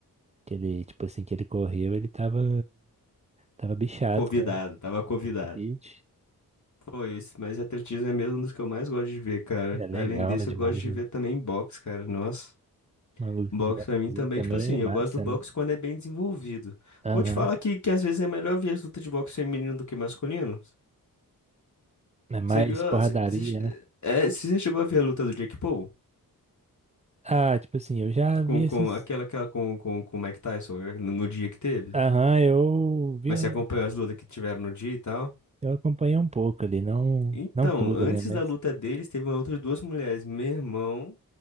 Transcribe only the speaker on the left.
Convidado,
tava convidado.
Foi isso, mas atletismo é mesmo um dos que eu mais gosto de ver, cara.
Além desse,
eu gosto de
ver também boxe, cara. Nossa.
Box
pra mim também,
tipo assim,
eu gosto do box
quando é bem desenvolvido.
Vou te falar que, que às vezes é melhor ver as lutas de boxe feminino do que masculino.
Você viu a,
cê- cê che-
é, se você chegou a ver a luta do Jake Paul
com,
com aquela, aquela com, com, com o Mike Tyson eh, no, no dia que teve?
Mas
você acompanhou as lutas que tiveram no dia e tal?
Então,
antes
da luta deles, teve uma luta de duas mulheres. Meu irmão.